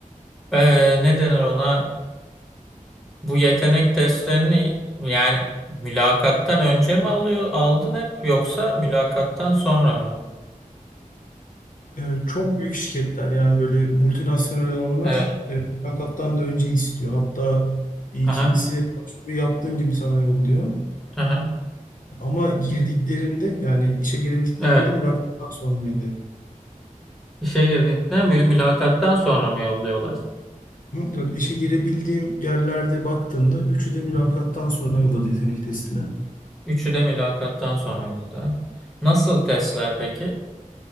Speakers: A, in the centre; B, on the left.
A: e, ne denir ona? Bu yetenek testlerini yani mülakattan önce mi alıyor, aldın hep yoksa mülakattan sonra mı?
B: E, çok büyük şirketler yani böyle multinasyonel olanlar
A: Evet.
B: e, mülakattan da önce istiyor. Hatta e,
A: Aha,
B: kimisi başvuru yaptığın gibi sana yolluyor.
A: aha.
B: Ama girdiklerimde yani işe girebildiklerimde
A: Evet.
B: mülakattan sonraydı.
A: İşe girdikten mülakattan sonra mı yolluyorlar?
B: Hı, İşe girebildiğim yerlerde baktığımda üçü de mülakattan
A: Hı hı.
B: sonra yolladı yetenek testine.
A: Üçü de mülakattan sonra yolladı. Nasıl testler peki?